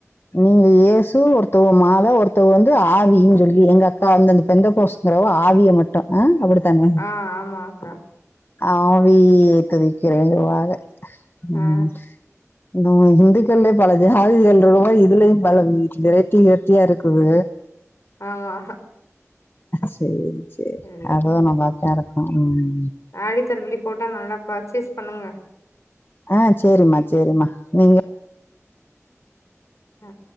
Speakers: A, on the left; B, on the left.
A: நீங்க ஏயேசு ஒருத்தவ மால ஒருத்தங்க வந்து ஆவின்னு சொல்லி எங்க அக்கா வந்து அந்தப் பெந்தேகோஸ்ங்கிறவ ஆவிய மட்டு அ அப்டித்தானே
B: ஆ ஆமாக்கா
A: ஆவி துதிக்கிறேன்னுவாக அ உம்
B: ஆ
A: இன்னோ இந்துக்கள்யே பல ஜாதிகள் இருக்குறமாறி இதுலயு பல <unintelligible> வெரேட்டி வெர்ட்டியா இருக்குது
B: ஆமா
A: சேரி சேரி
B: சரி
A: அதவு நம் பாத்தே இருக்கோ உம்
B: ஆடித்தள்ளுபடி போட்டா நல்லா பர்ச்சேஸ் பண்ணுங்க
A: ஆ சேரிம்மா சேரிமா நீங்க
B: ஆ